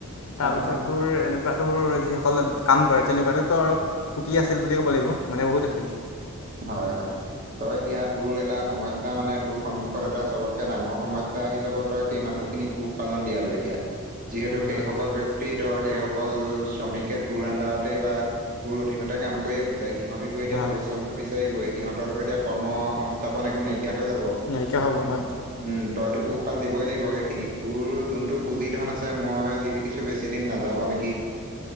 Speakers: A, on the left; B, on the right.
A: তাৰপিছত
B: অ অ
A: তোৰ এনেকুৱাতোৰ যিসকল কাম কৰে তেনেকুৱাতো। ত' কুটি আছিল বুলি ক'ব লাগিব মানে বহুত আছিল।
B: হয় হয়। তই এতিয়া তোৰ এটা সমস্যা মানে তোৰ সন্মুখত এটা চবতকে ডাঙৰ সমস্যা আহি যাব তই সেই মানুহখিনিক। পোহপালন দিয়াতটো এতিয়া, যিহেতু
A: অঁ
B: সেইসকল
A: হয় হয় হয়
B: ব্যক্তিক। ধৰ সেই সকল শ্ৰমিকে তোৰ আডাৰতেই বা, তোৰ অধীনতে কাম কৰি আছে। আছিলে সিহঁতিতটো এতিয়া
A: হয়
B: পৰিশ্ৰমটো বিচাৰিবই। সিহঁতৰো এতিয়া কৰ্ম সংস্থাপন একো নাইকিয়া হৈ যাব।
A: নাইকিয়া হ'ব
B: কিন-
A: হয়।
B: উম তইতো পোহপাল দিবই লাগিব সেইখিনিক তোৰ যোনটো পুঁজি ধন আছে মই যি দেখিছো। বেছি দিন নাযাব নেকি।